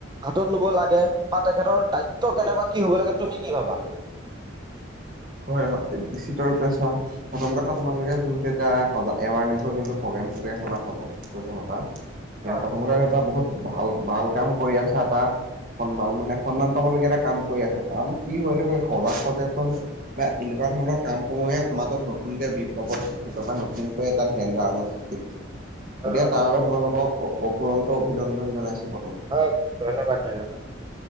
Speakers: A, on the right (about 20°); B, on the right (about 45°).
A: হাতত লব লাগে বা তেখেতৰ দায়িত্ব কেনেকুৱা কি হ'ব লাগে তুমি কি ভাবা।
B: হয় হয়, হয় সিটোৰ পিছত চা প্ৰথম কথা তোমালোকে যোনটো এতিয়া স এৱাৰনেচৰ যোনটো প্ৰ'গ্ৰাম চলা সজা সেইটো কথা এ
A: হয়
B: প্ৰথমতে এটা বহুত ভাল ভাল কাম কৰি আছা এটা সন্মান মানে সন্মান পাবলগীয়া এটা কাম কৰি আছে কাৰণ কি কৰি সজাগ সজাগ চোন বা এনেকুৱা ধৰণৰ কাম সমূহে সমাজত নতুনকে বিপ্লৱৰ সৃষ্টি কৰে বা নতুনকৈ এটা ধ্যান ধাৰণা গতিকে
A: হয়
B: তাৰ বাবে তোমালোকক অফুৰন্ত অভিনন্দন জনাইছোঁ।
A: হয় ধন্যবাদ, ধন্যবাদ।